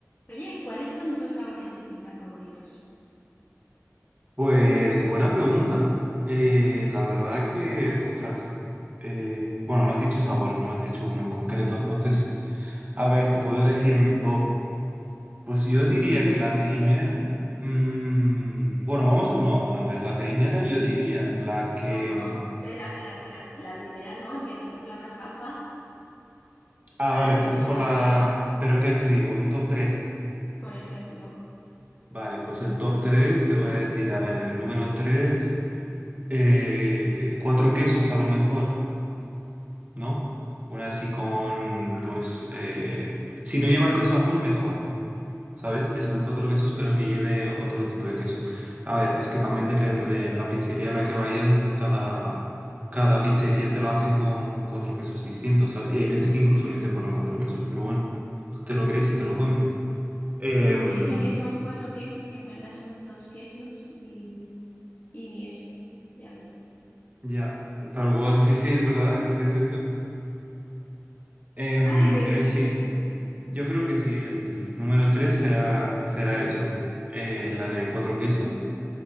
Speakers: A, on the left; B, on the right.
A: Oye, ¿cuáles son tus sabores de pizza favoritos?
B: Pues buena pregunta. Eh, la verdad que, ostras, eh, bueno, me has dicho sabores, no me has dicho uno en concreto. Entonces, a ver, te puedo decir un top. Pues yo diría que la primera, mm, bueno, vamos uno a uno. A ver, la primera yo diría la que...
A: No, espera, espera, espera. La primera no, empieza por la más baja
B: Ah,
A: para
B: vale,
A: que
B: empiezo
A: tenga
B: por
A: gracia.
B: la... Pero ¿qué te digo? Un top 3.
A: Por ejemplo,
B: Vale, pues el top 3 te voy a decir, a ver, en el número 3 eh, cuatro quesos a lo mejor. ¿no? Una así con, pues, eh, si no lleva queso azul, mejor, ¿sabes? Que sea cuatro quesos, pero que lleve otro tipo de queso. A ver, es que también depende de la pizzería a la que vayas, de cada, cada pizzería te lo hacen con cuatro quesos distintos, ¿sabes? Y hay veces que incluso ni te ponen cuatro quesos, pero bueno, tú te lo crees y te lo comes. Em,
A: las que dicen que son cuatro quesos y en verdad son dos quesos y, y ni eso. Ya ves.
B: ya, tal cual, sí, sí, es verdad, es que es eso. Em,
A: Ay, qué,
B: pero
A: ri-
B: sí.
A: qué risa.
B: Yo creo que sí, el número 3 será, será eso, eh, la de cuatro quesos.